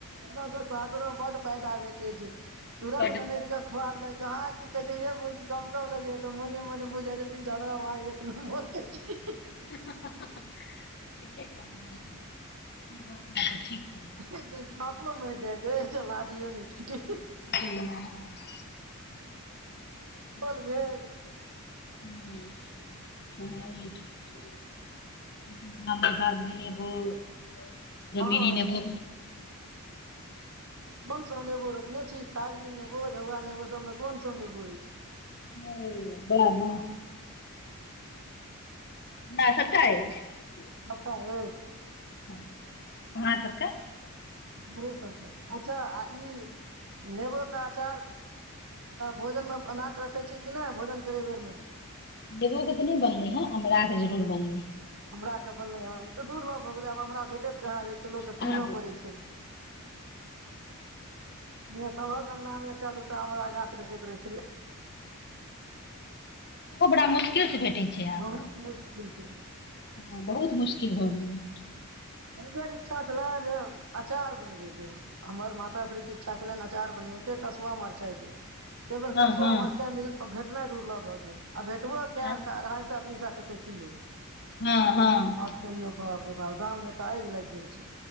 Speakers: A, on the right; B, on the left.
A: सासुरमे बड्ड फायदा भेटै छै तुरत
B: बड
A: ननदके खुआ देलक जहाँ की कहै येए भौजी कब कब लगै या तऽ मने मने बुझिजाइ छथिन झगड़ाउ अहाँ एक नम्बरके छी
B: ठीके कहलहूँ ई गप अहाँ तऽ ठीक कहलहूँ
A: साँपो <unintelligible>
B: भ हाँ <unintelligible>
A: बोल भेल
B: जमीरी
A: हँ
B: नेबो
A: कोन सभ नेबो रोपने छी कागजी नेबो झौआ नेबो सभमे कोनसभ नेबो अछि
B: ह ब त सबटा अछि
A: सबटा अछि
B: आहांँ सबके
A: हमरोसभ अच्छा आ ई नेबोके अचार भोजनमे बना कऽ रखैत छी कि नहि भोजन करय बेरमे
B: नेबो के तऽ नहि बनली है अमरा के जरूर बनली है
A: अमरा के बनलै हनऽ दुर् लभ हो गेलै आब हमरा भेटेत इ रहै छै लोक के
B: कहाँ
A: कीनऽ
B: भेटै
A: पड़ै छै किया सभहक अंँगना मे एकटा दूटा अमरा गाछ देखैत रहै छै
B: बड़ा मुशकिल से भेटै छै आब
A: बहुत मुश्किल से
B: ह बहुत मुश्किल भऽ गेलै
A: एहि बेर इच्छा छले जे अचार बनबैके ह हमर माता श्री के इच्छा छलनि अचार बनबै के कसुआ मरचाइके से एय बेर
B: हँ
A: कसुआ
B: हँ
A: मरचा मिल भेटनाइ दु उर्लभ भऽ गेल आ भेटबो कयल
B: हँ
A: तऽ अढ़ाई सए तीन सए टा किलो
B: हँ हँ
A: आ कहियो बाप रे बाप दाम मे आइग लाग गेल छी